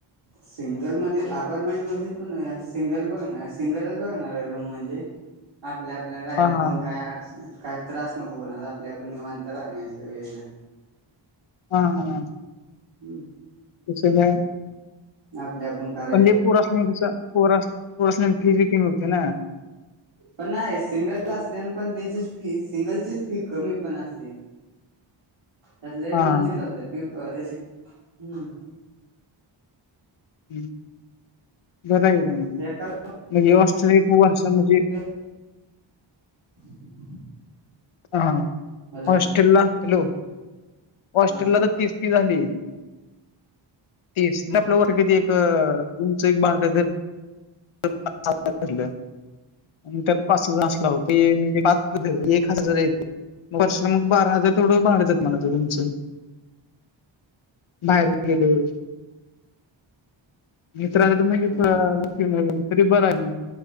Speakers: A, on the right; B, on the left.
A: सिंगल म अपारमेंट म पण सिंगल पण सिंगल. बघणार रूम म्हणजे आपल्या आपल्याला राहाला
B: हा हा
A: कोण कायर्. काय त्रास नको कोणाला. आपल्या आपण निवांत राहण्याचा वेगळं.
B: हां.
A: हं,
B: त्याचं काय?
A: आपल्या आपण का
B: पण हे पोरासनी कसं पोरा पोरासली फीज बी कमी होते ना.
A: पण नाही सिंगल असल्याने पण त्याचीच फी सिंगलचीच फी कमी पण असते. त्यात लइ
B: हा
A: जण
B: हा
A: चालत फी त्याची, हं.
B: हं, बराये की आणि
A: हे कर
B: हे हॉस्टेल खूप वर्ष म्हणजे
A: <inaudible>
B: हा.
A: हॅलो
B: हॉस्टेलला हॅलो, हॉस्टेलला
A: हा
B: तर तीस ती झाली. तीस. ते आपलं वर कधी एक तुमचं एक बाद <unintelligible>
A: हो
B: अन त्यात पाच हजार असला होता. हे म्हणजे पाच एक हजार ये ते. म वर्षाला मग बारा हजार तेवढ भाड जात माजं रुमचं. बाहेर गेलेवर. मित्र आले तर लगेच
A: हो
B: पळाले. तरी बरं ना.